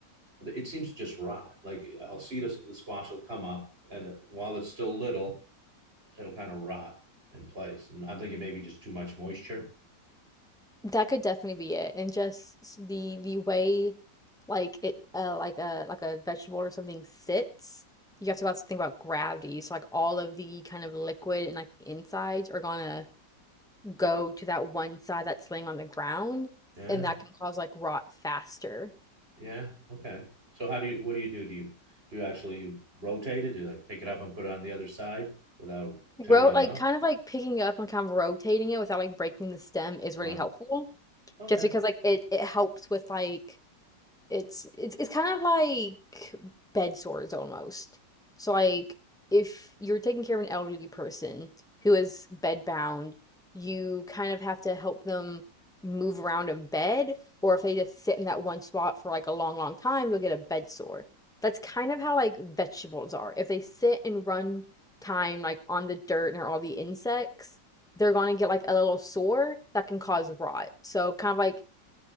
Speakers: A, on the right (about 30°); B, in the centre.
A: it seems to just rot. Like I'll see this, the squash will come up, and while it's still little, it'll kind of rot in place. And I'm thinking maybe just too much moisture.
B: that could definitely be it. And just s- the the way like it uh like a like a vegetable or something sits. You have to also think about gravity. So like all of the kind of liquid and like the insides are gonna go to that one side that's laying on the ground,
A: Yeah.
B: and that can cause like rot faster.
A: Yeah. Okay. So how do you? What do you do? Do you do you actually rotate it? Do you like pick it up and put it on the other side without tearing
B: Rote
A: it
B: like
A: off?
B: kind of like picking up and kind of rotating it without like breaking the stem is
A: Right.
B: really helpful.
A: Okay.
B: Just because like it it helps with like It's it's it's kind of like bed sores almost. So like if you're taking care of an elderly person who is bedbound, you kind of have to help them move around in bed, or if they just sit in that one spot for like a long, long time, they'll get a bed sore. That's kind of how like vegetables are. If they sit and run time like on the dirt and all the insects, they're gonna get like a little sore that can cause rot. So kind of like